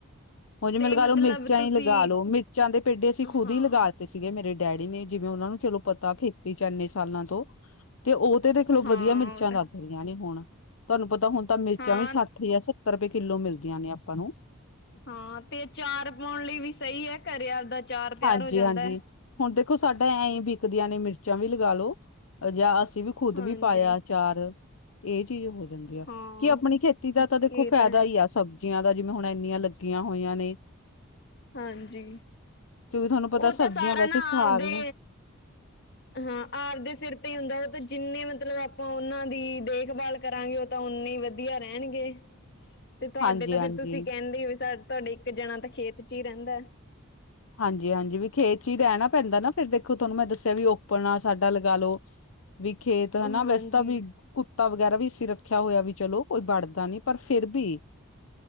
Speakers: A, on the left (about 75°); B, on the left (about 55°).
A: ਉਹ ਜਿਵੇਂ
B: ਤੇ
A: ਲਗਾ
B: ਮਤਲਬ
A: ਲੋ ਮਿਰਚਾਂ
B: ਤੁਸੀਂ
A: ਹੀ ਲਗਾ ਲੋ, ਮਿਰਚਾਂ ਦੇ ਪੇਡੇ ਅਸੀਂ ਖੁਦ
B: ਹਾਂ
A: ਹੀ ਲਗਾ। ਸੀਗੇ ਮੇਰੇ ਡੈਡੀ ਨੇ ਜਿਵੇਂ ਉਹਨਾਂ ਨੂੰ ਚਲੋ ਪਤਾ ਖੇਤੀ 'ਚ ਇੰਨੇ ਸਾਲਾਂ ਤੋਂ, ਤੇ ਉਹ। ਤੇ ਦੇਖਲੋ
B: ਹਾਂ
A: ਵਧੀਆ ਮਿਰਚਾਂ
B: ਉਹ ਤਾਂ
A: ਲੱਗ ਰਹੀਆਂ ਨੇ ਹੁਣ, ਤੁਹਾਨੂੰ ਪਤਾ ਹੁਣ ਤਾਂ ਮਿਰਚਾਂ
B: ਹਾਂ
A: ਵੀ ਸੱਠ ਜਾਂ ਸੱਤਰ। ਸੱਤਰ ਰੁਪਏ ਕਿੱਲੋ ਮਿਲਦੀਆਂ ਨੇ ਆਪਾਂ ਨੂੰ।
B: ਹਾਂ, ਤੇ ਆਚਾਰ ਪਾਉਣ ਲਈ ਵੀ ਸਹੀ ਹੈ ਘਰੇ ਆਪਦਾ। ਅਚਾਰ ਤਿਆਰ
A: ਹਾਂਜੀ-
B: ਹੋ ਜਾਂਦਾ
A: ਹਾਂਜੀ।
B: ਹੈ
A: ਹੁਣ ਦੇਖੋ, ਸਾਡਾ ਐਂ ਬਿਕਦੀਆਂ ਨੇ ਮਿਰਚਾਂ ਵੀ ਲਗਾ ਲਓ, ਜਾਂ ਅਸੀਂ ਵੀ। ਖੁੱਦ
B: ਹਾਂਜੀ
A: ਵੀ ਪਾਇਆ ਆਚਾਰ, ਇਹ ਚੀਜ਼ ਹੋ ਜਾਂਦੀ।
B: ਹਾਂ
A: ਕਿ ਆਪਣੀ ਖੇਤੀ ਦਾ ਤਾਂ ਦੇਖੋ
B: ਇਹ
A: ਫਾਇਦਾ
B: ਹੈ
A: ਹੀ ਆ ਸਭ। ਜੀਆਂ ਦਾ ਜਿਵੇਂ ਹੁਣ ਇੰਨੀਆਂ ਲੱਗੀਆਂ ਹੋਈਆਂ ਨੇ।
B: ਹਾਂਜੀ,
A: ਕਿਉਂਕਿ ਤੁਹਾਨੂੰ ਪਤਾ
B: ਉਹ ਤਾਂ
A: ਸਬਜ਼ੀਆਂ
B: ਸਾਰਾ
A: ਵੈਸੇ
B: ਨਾ
A: ਸਾਰੀਆਂ
B: ਆਪਦੇ। ਹਾਂ, ਆਪਦੇ ਸਿਰ ਤੇ ਹੀ ਹੁੰਦਾ ਉਹ ਤਾਂ ਜਿੰਨੇ ਮਤਲਬ ਆਪਾਂ ਉਹਨਾਂ ਦੀ ਦੇਖਭਾਲ। ਕਰਾਂਗੇ, ਉਹ ਤਾਂ ਨੇ ਵਧੀਆ ਰਹਿਣਗੇ। ਤੇ ਤੁਹਾਡੇ
A: ਹਾਂਜੀ-ਹਾਂਜੀ
B: ਤਾਂ ਫੇਰ ਤੁਸੀਂ ਕਹਿੰਦੇ ਹੋ ਵੀ ਤੁਹਾਡੇ ਇੱਕ ਜਣਾ ਤਾਂ ਖੇਤ 'ਚ ਹੀ ਰਹਿੰਦਾ ਆ।
A: ਹਾਂਜੀ- ਹਾਂਜੀ, ਵੀ ਖੇਤ 'ਚ ਹੀ ਰਹਿਣਾ ਪੈਂਦਾ ਨਾ। ਫਿਰ ਦੇਖੋ ਤੁਹਾਨੂੰ ਮੈਂ ਦੱਸਿਆ ਵੀ ਓਪਨ ਆ ਸਾਡਾ ਲਗਾ ਲਓ, ਵੀ ਖੇਤ ਹਨਾ
B: ਹਾਂਜੀ
A: ਵੈਸੇ ਤਾਂ ਵੀ। ਕੁੱਤਾ ਵਗੈਰਾ ਵੀ ਇਸਂ ਰੱਖਿਆ ਹੋਇਆ ਵੀ, ਚਲੋ ਕੋਈ ਵੜਦਾ ਨੀ ਪਰ ਫਿਰ ਵੀ।